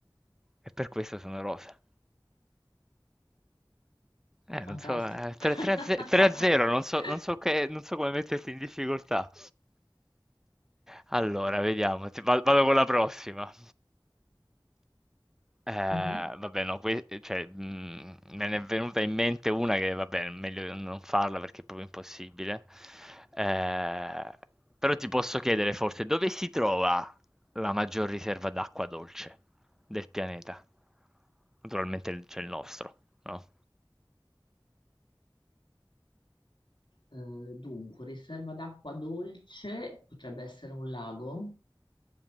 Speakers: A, in the centre; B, on the left (about 70°).
A: e per questo sono rosa. Eh,
B: Fantastico.
A: non so, eh, 3
B: <laughs>
A: 3 a ze- 3 a 0, non so, non so che- non so come metterti in difficoltà. Allora, vediamo, ti- va- vado con la prossima. Eh, vabbè,
B: Mhm.
A: no, que- cioè, mh, me ne è venuta in mente una che, vabbè, è meglio non farla perché è proprio impossibile. Eh, però ti posso chiedere forse dove si trova la maggior riserva d'acqua dolce del pianeta? Naturalmente il- c'è il nostro, no?
B: Eh, dunque, riserva d'acqua dolce potrebbe essere un lago.